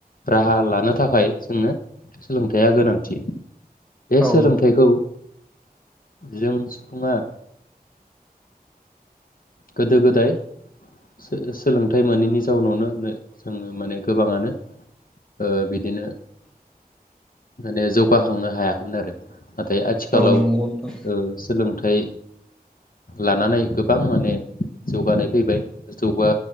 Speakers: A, on the left; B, in the centre.
A: राहा लानो थाखाय जोंनो सोलोंथाइया गोनांथि बे
B: औ
A: सोलोंथाइखौ जों सुबुङा गोदो गोदाय सो-सोलोंथाइ मोनैनि जाउनावनो नो जोङो माने गोबाङानो ओ बिदिनो माने जौगाखांनो हायाखैमोन आरो नाथाय आथिखालाव
B: औ नंगौ
A: ओ
B: नोंथां
A: सोलोंथाइ लानानै गोबां माने जौगानाय फैबाय जौगा